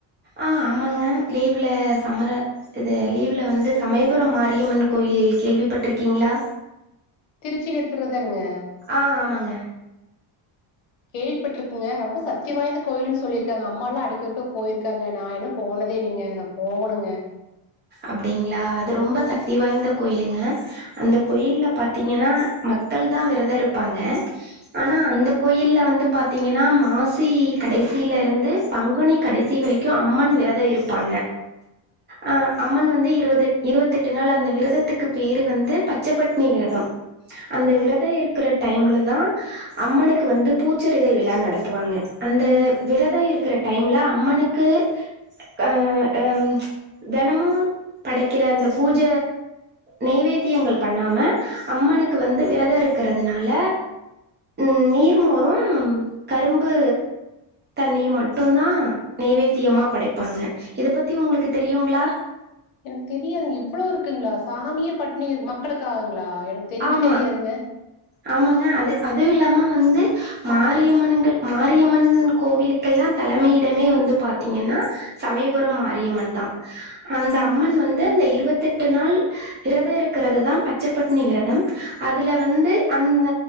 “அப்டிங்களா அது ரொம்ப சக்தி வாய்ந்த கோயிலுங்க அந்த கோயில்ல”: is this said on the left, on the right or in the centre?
Right